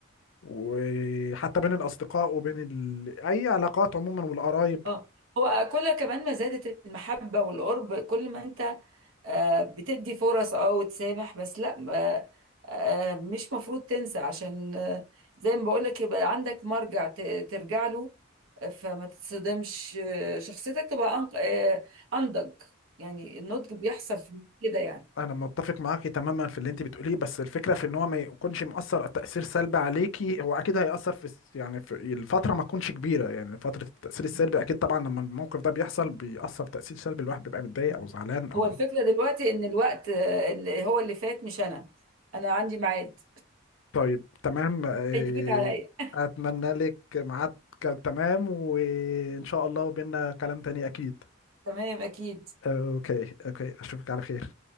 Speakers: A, on the left; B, on the right.
A: وحتى بين الأصدقاء وبين ال... أي علاقات عموما والقرايب
B: اه هو كل كمان ما زادت المحبة والقرب كل ما انت آه، بتدي فرص اه وتسامح بس لا ما- آه، مش مفروض تنسى عشان آه، زي ما بقولك يبقى عندك مرجع ت- ترجع له آه، فما تتصدمش آه، شخصيتك تبقى أنق- آه، أنضج يعني النضج بيحصل في كده يعني
A: انا متفق معاكي تماما في اللي انت بتقوليه بس الفكره في ان هو ما يكونش مؤثر تاثير سلبي عليكي هو اكيد هياثر في الس- يعني في الفتره ما تكونش كبيره يعني فتره التاثير السلبي
B: مم.
A: اكيد طبعا لما الموقف ده بيحصل بيأثر تاثير سلبي الواحد بيبقى متضايق
B: مم.
A: او زعلان او
B: هو الفكرة دلوقتي ان الوقت آه، اللي هو اللي فات مش انا انا عندي ميعاد
A: طيب تمام آه،
B: هيفوت عليا <laughs>
A: اتمنى لك ميعاد ك- تمام وان شاء الله بينا كلام تاني اكيد
B: تمام اكيد
A: اوكي اوكي اشوفك على خير